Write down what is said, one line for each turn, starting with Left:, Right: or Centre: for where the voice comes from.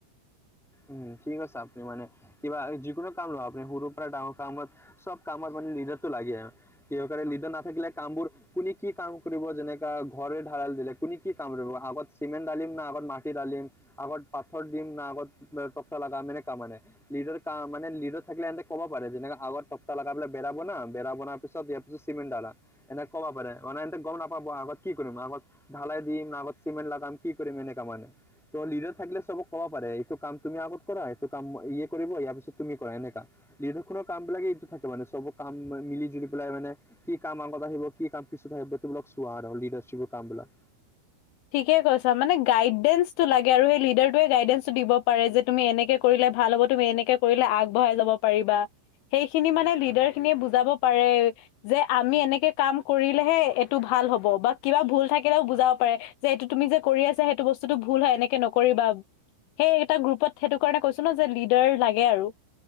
Centre: উম, ঠিক আছে। আপুনি মানে, কিবা যিকোনো কাম লোৱা? আপুনি সৰুৰ পৰা ডাঙৰ কামত চব কামত মানে লিডাৰটো লাগে আৰু। কিহৰ কাৰণে লিডাৰ নাথাকিলে কামবোৰ কুনি কি কাম কৰিব যেনেকা ঘৰে ঢাৰাল দিলে। কুনি কি কাম কৰিব? আগত চিমেণ্ট ধালিম না আগত মাটি ধালিম? আগত পাথৰ দিম না আগত টকতা লগাম এনেকা মানে। লিদাৰ কা মানে লি ডাৰ থাকলে ইহঁতে কব পাৰে যেনেকা আগত টকতা লগায় পেলাই বেৰা বনা। বেৰা বনাৰ পিছত ইয়াৰ পিছত চিমেণ্ট দালা। এনে কব পাৰে। মানে এহেতে গম নাপাব আগত কি কৰিম আগত ঢালাই দিম না আগত চিমেণ্ট লগাম কি কৰিম এনেকা মানে। ত লিডাৰ থাকিলে চবক ক'ব পাৰে। এইটো কাম তুমি আগত কৰা। সেইটো কাম ইয়ে কৰিব।, ইয়াৰ পিছত তুমি কৰা এনেকা। নিৰ্দুষণৰ কাম বিলাকে এইটো থাকে মানে চব কাম মিলি জুলি পেলাই মানে কি কাম আগত আহিব, কি কাম পিছত আহিব তোমালাক চোৱা আৰু লিডাৰশ্বিপৰ কাম বিলাক।
Left: ঠিকে কৈছা মানে। গাইডেন্স টো লাগে আৰু সেই লিডাৰটোৱে গাইডেন্সটো দিব পাৰে যে তুমি এনেকে কৰিলে ভাল হ'ব, তুমি এনেকে কৰিলে আগবঢ়াই যাব পাৰিবা। সেইখিনি মানে লিডাৰখিনিয়ে বুজাব পাৰে। যে আমি এনেকে কাম কৰিলেহে এইটো ভাল হ'ব বা কিবা ভুল থাকিলেও বুজাব পাৰে। যে এইটো তুমি যে কৰি আছা সেইটো বস্তুটো ভুল হয় এনেকে নকৰিবা। সেই এটা গ্ৰুপত সেইটো কাৰণে কৈছো ন যে লিডাৰ লাগে আৰু।